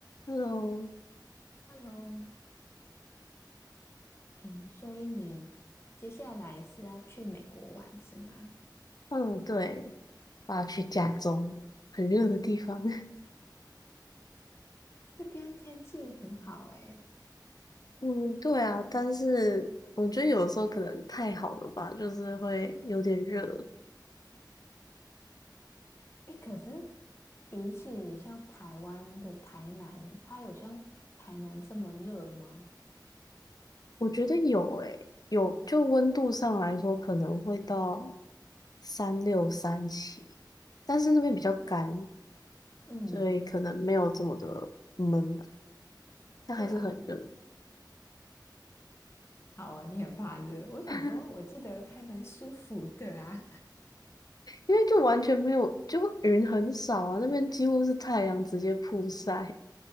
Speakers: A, on the left (about 55°); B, on the left (about 35°).
A: 嗯
B: Hello，诶，所以你接下来是要去美国玩是吗？
A: 嗯，对，我要去加州，很热的地方。<laughs>
B: 这边天气很好诶，
A: 嗯，对啊，但是我觉得有时候可能太好了吧，就是会有点热。
B: 诶，可是比起像台湾的台南，它有像台南这么热吗？
A: 我觉得有诶、有就温度上来说，可能会到三六三七，但是那边比较干，
B: 嗯，
A: 所以可能没有这么的闷吧，但还是很热。
B: 对啊，我好啊，你很怕热，我想说，
A: <laughs>
B: 我记得还蛮舒服的啊。
A: 因为就完全没有，就云很少啊，那边几乎是太阳直接曝晒。